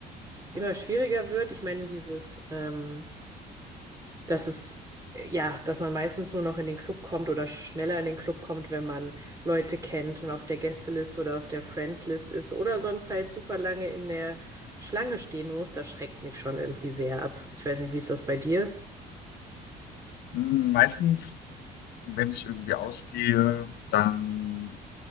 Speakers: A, on the right; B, on the left.
A: immer schwieriger wird. Ich meine, dieses, ähm, dass es, äh, ja, dass man meistens nur noch in den Club kommt oder schneller in den Club kommt, wenn man Leute kennt und auf der Gästeliste oder auf der Friends-List ist oder sonst halt super lange in der Schlange stehen muss, das schreckt mich schon irgendwie sehr ab. Ich weiß nicht, wie ist das bei dir?
B: Hm, Meistens, wenn ich irgendwie ausgehe, dann